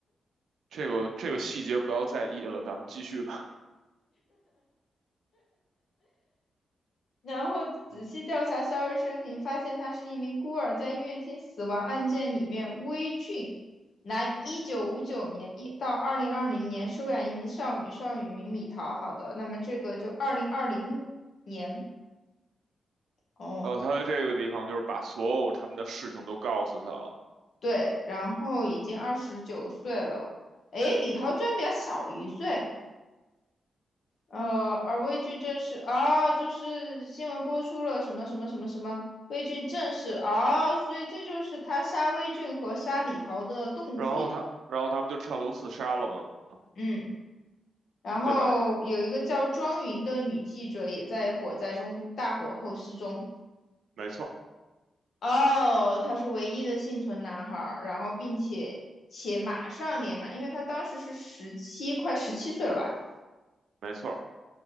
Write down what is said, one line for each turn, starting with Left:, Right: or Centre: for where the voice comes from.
Right: 这个这个细节不要在意了，咱们继续吧。
Left: 然后仔细调查肖瑞生平，
Right: 嗯
Left: 发现他是一名孤儿，在音乐厅死亡案件里面，威俊，男，一九五九年一到二零二零年收养一名少女，少女名米桃。好的，那么这个就二零二零年哦，
Right: 然后他在这个地方就是把所有他们的事情都告诉他了，
Left: 对，然后已经二十九岁了。诶，李桃居然比他小一岁，呃，而魏俊正是啊，就是新闻播出了什么什么什么什么，魏俊正是啊，所以这就是他杀魏俊和杀李桃的动机。
Right: 然后他，然后他不就跳楼自杀了吗？
Left: 嗯，然后有一个叫庄云的女记者也在火灾中大火后失踪。
Right: 对吧？没错
Left: 哦，他是唯一的幸存男孩儿，然后并且且马上年满，因为他当时是十七，快十七岁了吧？
Right: 没错